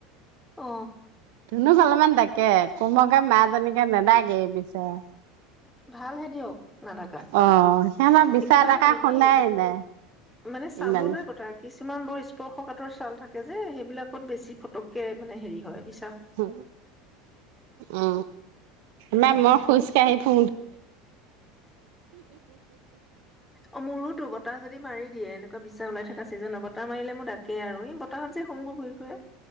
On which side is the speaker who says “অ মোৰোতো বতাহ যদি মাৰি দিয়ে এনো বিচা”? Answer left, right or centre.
Centre